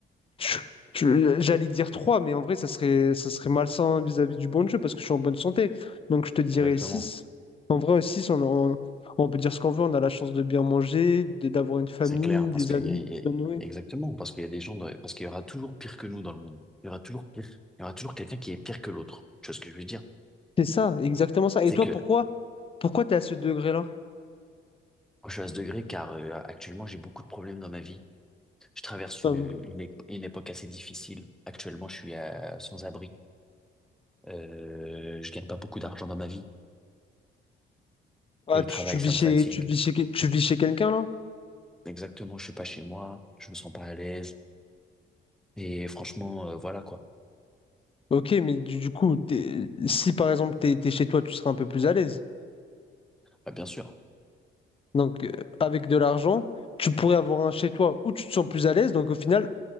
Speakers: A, on the left; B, in the centre.
A: je- je- J'allais dire 3, mais en vrai, ça serait, ça serait malsain vis-à-vis du bon jeu parce que je suis en bonne santé. Donc, je te dirais
B: Exactement.
A: 6. En vrai, 6. on, on, on peut dire ce qu'on veut. On a la chance de bien manger, de- d'avoir une famille,
B: C'est clair,
A: des
B: parce qu'il
A: amis,
B: y a, il
A: de
B: y
A: bien
B: a-
A: nourrir.
B: exactement, parce qu'il y a des gens, dans- parce qu'il y aura toujours pire que nous dans le monde. Il y aura toujours pire. Il y aura toujours quelqu'un qui est pire que l'autre. Tu vois ce que je veux dire?
A: C'est ça, exactement ça. Et
B: C'est
A: toi,
B: que
A: pourquoi,
B: moi,
A: pourquoi t'es à ce degré-là?
B: je suis à ce degré car euh, actuellement j'ai beaucoup de problèmes dans ma vie. Je traverse une,
A: Euh,
B: une, ép- une époque assez difficile. Actuellement, je suis à- sans abri. Euh, je gagne pas beaucoup d'argent dans ma vie.
A: Ah,
B: Le
A: tu,
B: travail,
A: tu vis
B: ça me
A: chez,
B: fatigue.
A: tu vis chez, quel- tu vis chez quelqu'un là?
B: Exactement, je suis pas chez moi. Je me sens pas à l'aise. Et franchement, euh, voilà quoi.
A: Ok, mais du, du coup, t'es- si par exemple t'es, t'es chez toi, tu seras un peu plus à l'aise.
B: Bah, bien sûr.
A: Donc, euh, avec de l'argent, tu pourrais avoir un chez toi où tu te sens plus à l'aise. Donc, au final,